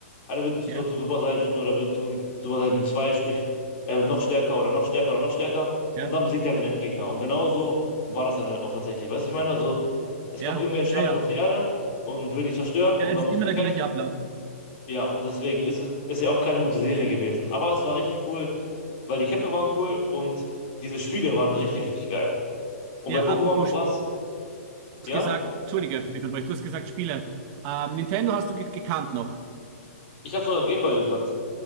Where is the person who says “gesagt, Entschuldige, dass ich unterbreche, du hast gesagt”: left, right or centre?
Right